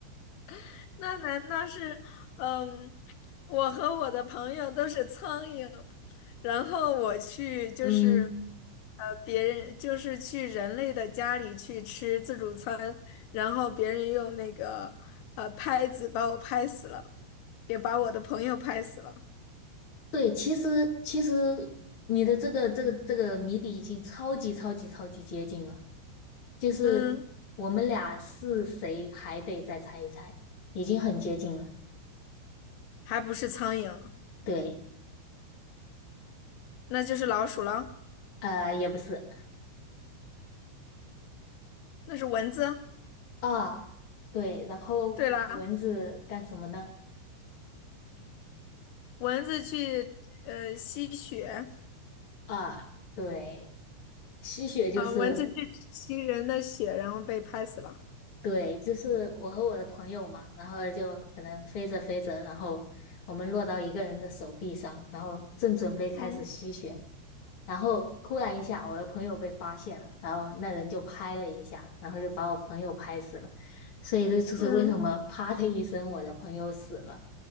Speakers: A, on the left (about 80°); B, on the left (about 35°).
A: <laughs> 那难道是，嗯，我和我的朋友都是苍蝇，然后我去就是，
B: 嗯，
A: 呃，别人就是去人类的家里去吃自助餐，然后别人用那个呃拍子把我拍死了。也把我的朋友拍死了。
B: 对，其实其实你的这个这个这个谜底已经超级超级超级接近了，就是我们俩是谁还得再猜一猜，
A: 嗯，
B: 已经很接近了。
A: 还不是苍蝇，
B: 对，
A: 那就是老鼠了，
B: 呃，也不是
A: 那是蚊子。
B: 啊，对，然后蚊子干什么呢？
A: 对啦，蚊子去呃吸血
B: 啊，对，吸血就是。
A: 啊，蚊子去吸人的血，然后被拍死了。
B: 对，就是我和我的朋友嘛，然后就可能飞着飞着，然后我们落到一个人的手臂上，然后正准备开始吸血，
A: 嗯
B: 然后突然一下，我的朋友被发现了，然后那人就拍了一下，然后就把我朋友拍死了，所以这就是为什么啪的一声，
A: 嗯，
B: 我的朋友死了。